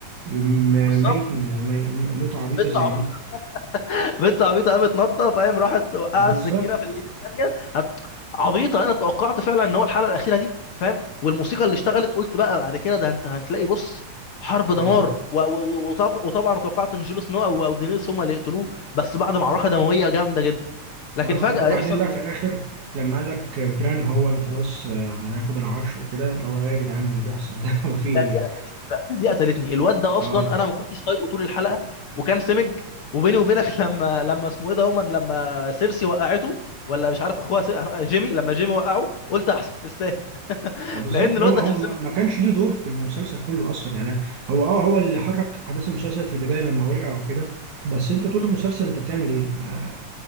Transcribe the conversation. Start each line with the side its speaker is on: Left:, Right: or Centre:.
Right: يوم
Left: بالظبط
Right: ميت مي- موتة عبيطة
Left: بنت
Right: زي
Left: عبيطه
Right: دي
Left: <laughs> بنت عبيطه قامت نطه فاهم راحت وقعت
Right: بالظبط
Left: السكينه في الايد الثانيه هت... عبيطه انا توقعت فعلا ان هو الحلقه الاخيره دي فاهم والموسيقى اللي اشتغلت قلت بقى بعد كده ده انت هتلاقي بص حرب
Right: اه
Left: دمار و... و... وطبع- وطبعا توقعت ان جون سنو او او دينيريس هم اللي يقتلوه بس بعد معركه دمويه جامده جدا لكن
Right: اه
Left: فجاه
Right: لو بعدين
Left: يحصل
Right: بقى في الاخر لما قال لك بران هو اللي خلاص آه، هياخد العرش وكده اللي هو ايه يا جدعان اللي بيحصل ده <laughs> هو في ايه؟
Left: ده دي قتلتني بقى ده دي قتلتني الواد ده اصلا
Right: اه
Left: انا ما كنتش طايقه طول الحلقه وكان سمج وبيني وبينك <laughs> لما لما اسمه ايه ده هما لما سيرسي وقعته ولا مش عارف اخوها سي... جيمي لما جيمي وقعه قلت احسن تستاهل <laughs>
Right: بالظبط
Left: لان الواد
Right: هم هم
Left: ده كان سمج
Right: ما ما
Left: جدا
Right: كانش ليه
Left: كان
Right: دور
Left: سمج
Right: في
Left: جدا
Right: المسلسل كله اصلا يعني هو اه هو اللي حرك احداث المسلسل في البدايه لما وقع وكده بس انت طول
Left: مم.
Right: المسلسل انت بتعمل ايه؟ ما